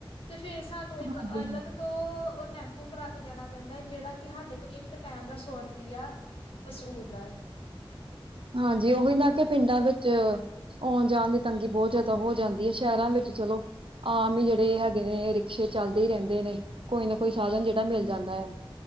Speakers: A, on the left (about 80°); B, on the right (about 65°).
A: ਤੇ ਫੇਰ ਸਾਨੂੰ ਇੱਕ
B: ਹਾਂਜੀ
A: ਅਲੱਗ। ਤੋਂ ਉਹ ਟੈਂਪੂ ਕਰਾ ਕੇ ਜਾਣਾ ਪੈਂਦਾ ਜਿਹੜਾ ਕਿ ਸਾਡੇ ਕੋਲ ਇੱਕ ਟੈਮ ਦਾ ਸੋ ਰੁਪਈਆ। ਵਸੁਲ ਦਾ ਏ।
B: ਹਾਂਜੀ। ਉਹੀ ਨਾ ਕਿ ਪਿੰਡਾਂ ਵਿੱਚ ਆਉਣ ਜਾਣ ਦੀ ਤੰਗੀ ਬਹੁਤ ਜ਼ਿਆਦਾ ਹੋ ਜਾਂਦੀ ਹੈ। ਸ਼ਹਿਰਾਂ ਵਿੱਚ ਚਲੋ ਆਮ ਹੀ ਜਿਹੜੇ ਹੈਗੇ ਨੇ ਰਿਕਸ਼ੇ ਚੱਲਦੇ ਹੀ ਰਹਿੰਦੇ ਨੇ। ਕੋਈ ਨਾ ਕੋਈ ਸਾਧਨ ਜਿਹੜਾ ਮਿਲ ਜਾਂਦਾ ਆ।